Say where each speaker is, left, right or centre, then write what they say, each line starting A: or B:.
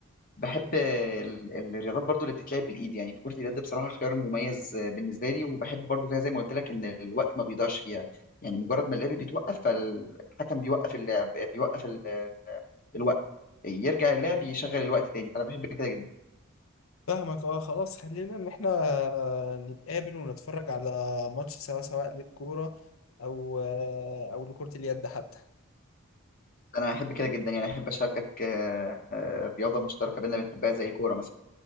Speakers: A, on the left (about 40°); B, on the left (about 80°).
A: بحب ال- ال- الرياضات برضو اللي بتتلعب بالايد يعني فكرة اليد بصراحة خيار مميز آه، بالنسبة لي وبحب برضو فيها زي ما قلت لك ان الوقت ما بيضيعش فيها يعني مجرد ما اللعب بيتوقف فالحكم بيوقف اللعب بيوقف ال- ال- الوقت يرجع اللعب يشغل الوقت تاني فانا بحب كده جدا
B: فاهمك اه خلاص خلينا ان احنا آه، نتقابل ونتفرج على ماتش سواء سواء للكورة او آه، او لكرة اليد حتى
A: انا احب كده جدا يعني احب اشاركك آه، آه، رياضة مشتركة بينا بنحبها زي الكورة مثلا